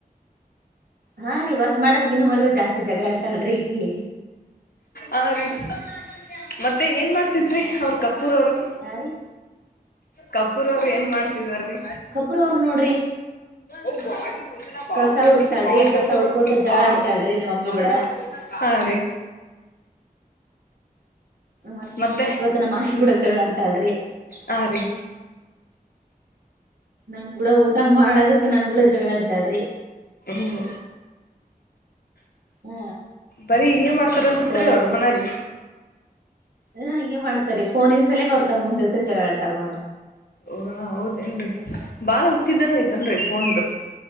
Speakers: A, on the right; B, on the left.
A: ಹಾ ರೀ ವರ್ಕ್ ಮಾಡೋದಕ್ಕಿನ್ನ ಮಲ್ಲ ಜಾಸ್ತಿ ಜಗಳಾ ಆಡ್ತಾವಳ್ರಿ ಈಿ
B: ಹ ರೀ ಮತ್ತೆ ಮತ್ತೆ ಏನ್ ಮಾಡ್ತಿದ್ರಿ ಅವ್ರ ಕಪ್ಪೂರವರು
A: ಹಾ ರೀ
B: ಕಪೂರ್ ಅವ್ರ ಏನ್ ಮಾಡ್ತಿದಾರೀ
A: ಕಪೂರ್ ಅವ್ರ ನೋಡ್ರಿ
B: ೆ ಭಾಣ
A: ಕಸ ಹುಡುಕ್ತಾಳ್ರಿ
B: ಕುು ವ್ದಿ
A: ಕಸ ಹುಡ್ಕೋತ ಜಗಳಾಡ್ತಾಳ್ರಿ
B: ಗಾಡಿ
A: ನಮ್ ಮಮ್ಮಿ
B: ಗ
A: ಕೂಡ ಮತ್ತತ್ ಮನ
B: ಮತ್ತೆ
A: ವರ್ಸ್ ಗೊತ್ತನ ಮಾಹಿ ಕೂಡಕ್ ತ ಆಡ್ತಾಳಿ
B: ಹಾ ರೀ
A: ನನ್ ಕೂಡ ಊಟ ಮಾಡೋದಕ್ ನನ್ ಕೂಡ ಜಗಳಾಡ್ದಾಡ್ರಿ
B: ಇು
A: ಹ
B: ಬರಿ ಹಿಂಂಗಗೆ ಮಾಡ್ತಾರ
A: ಮತ್ತ
B: ಅನ್ಸತ್ರಿ ಅವ್ರ ಮನೇಲಿ
A: ಹಾ ಹಿಂಗೆ ಮಾಡ್ತಾರಿ ಫೋನ ಇನ್ ಸಲ ಹೊರ್ತ ಮುಂದ್ ಜೊತೆ ಜಗಳಾ ಆಡ್ತಾರ ನೋ
B: ಓ ಹೌದೇನ್ರರಿ ಬಾಳ ಉಚಿದಂಗ ಐತಲ್ರರಿ ಫೋನ್ದು